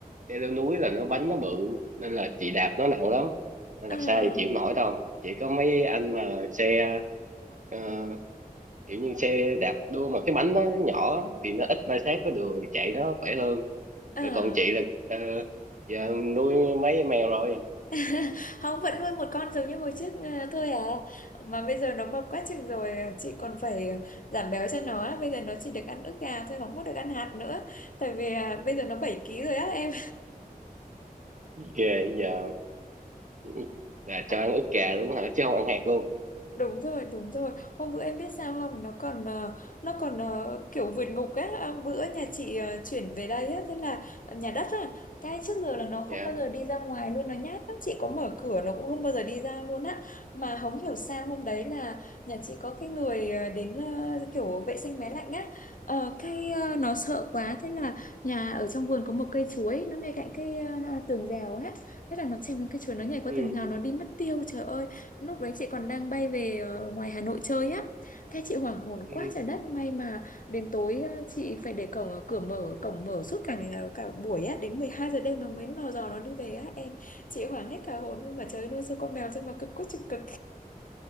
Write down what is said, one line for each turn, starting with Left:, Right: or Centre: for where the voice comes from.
Right: xe leo núi là nó bánh nó bự nên là chị đạp nó nặng lắm nên
Left: Ừ.
Right: đạp
Left: à
Right: xa thì chịu không nổi đâu chỉ có mấy anh mà xe ờ, kiểu như xe đạp đua mà cái bánh nó nhỏ á, thì nó ít ma sát với đường thì chạy nó khỏe hơn
Left: à
Right: rồi còn chị là ờ, giờ nuôi mấy em mèo rồi
Left: <laughs> không vẫn nuôi một con giống như hồi trước ờ, thôi à mà bây giờ nó mập quá chừng rồi ờ, chị còn phải ờ, giảm béo cho nó á. bây giờ nó chỉ được ăn ức gà thôi không có được ăn hạt nữa tại vì ờ, bây giờ nó 7 ký rồi á em
Right: ghê giờ ừ, là cho
Left: <laughs>
Right: ăn ức gà luôn hả chứ không ăn hạt luôn
Left: đúng rồi đúng rồi hôm bữa em biết sao không nó còn ờ, nó còn ờ, kiểu vượt ngục á À, bữa nhà chị ờ, chuyển về đây á thế là nhà đất á cái trước giờ là nó
Right: dạ
Left: không bao giờ đi ra ngoài luôn nó nhát lắm chị có mở cửa nó cũng không bao giờ đi ra luôn á mà không hiểu sao hôm đấy là nhà chị có cái người ờ, đến ờ, kiểu vệ sinh máy lạnh á Ờ, cái ờ, nó sợ quá thế là nhà ở trong vườn có một cây chuối nó ngay cạnh cái ờ, tường rào á thế là nó trèo lên cây chuối nó nhảy qua
Right: ừ.
Left: tường rào nó đi mất tiêu trời ơi Lúc đấy chị còn đang bay về ờ, ngoài Hà Nội chơi á. Thế chị hoảng hồn
Right: Ừ.
Left: quá trời đất may mà đến tối ờ, chị phải để cổng ờ, cửa mở cổng mở suốt cả ngày- cả buổi á đến 12 giờ đêm nó mới lò dò nó đi về á em. Chị hoảng hết cả hồn luôn mà trời ơi nuôi sao con mèo thôi mà cực quá chừng cực.